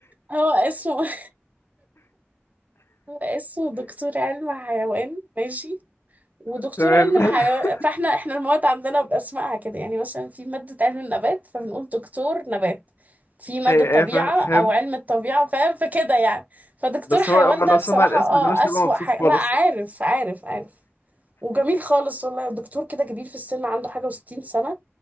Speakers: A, on the right; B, on the left.
A: هو اسمه <laughs> هو اسمه دكتور علم حيوان ماشي ودكتور
B: <laughs> تمام
A: علم الحيوان
B: <laughs>
A: فاحنا احنا المواد عندنا باسمائها كده يعني مثلا في ماده علم النبات فبنقول دكتور نبات في ماده
B: هي
A: طبيعه
B: ايه فاهم
A: او علم الطبيعه فاهم فكده يعني فدكتور
B: بس
A: حيوان
B: هو هو
A: ده
B: لو
A: بصراحه
B: سمع الاسم
A: اه
B: ده مش
A: اسوأ
B: هيبقى مبسوط
A: حاجه
B: خالص
A: لا عارف عارف عارف وجميل خالص والله دكتور كده كبير في السن عنده حاجه وستين سنه